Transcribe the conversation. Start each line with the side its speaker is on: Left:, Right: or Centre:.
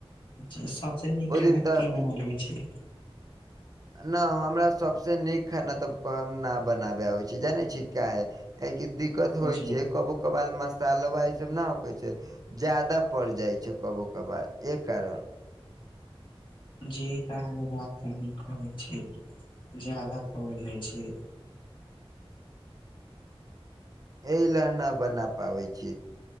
Left: जी सबसे नीक
Right: ओ
Left: खाना
Right: दिन तऽ
Left: की बना लेबय छीयै।
Right: न हमरा सबसे नीक खाना तब कहब न बनाबे आबै छै, जानै छी काहै। कियाकि दिक्कत होय
Left: जी
Right: छै कबो कबाल मसाल बा ई सब न होके छै जादा पड़ जाए छै कबो कबार ए कारण
Left: जी त अहां के बात त नीक कहै छै जादा कहा जाए छै।
Right: एहि ल न बना पाबै छीयै।